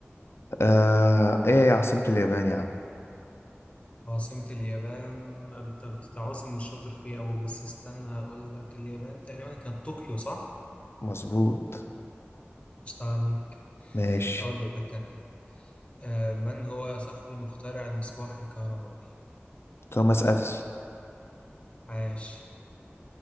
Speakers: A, on the left (about 70°); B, on the left (about 30°).
A: آه ايه هي عاصمة اليابان يا عم
B: عاصمة اليابان انت بتتعاصم مش شاطر فيه أوي بس استنى هقول لك اليابان تقريبا كانت طوكيو صح؟
A: مظبوط
B: مش عليك
A: ماشي
B: أقول لك كان آه من هو صاحبي مخترع المصباح الكهربائي
A: توماس اديسون
B: عاش